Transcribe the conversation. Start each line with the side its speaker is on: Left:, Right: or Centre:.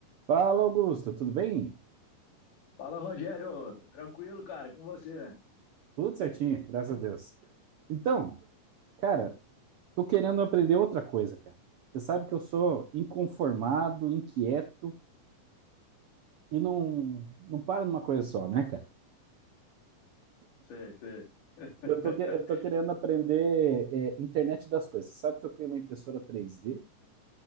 Right: Fala, Augusto, tudo bem?
Left: Fala, Rogério. Tranquilo, cara? Com você?
Right: Tudo certinho, graças a Deus. Então, cara, tô querendo aprender outra coisa, cara. Você sabe que eu sou inconformado, inquieto e não, não paro numa coisa só, né, cara?
Left: Sei, sei, <laughs>
Right: Eu tô, que- eu tô querendo aprender é, internet das coisas. Você sabe que eu tenho uma impressora três d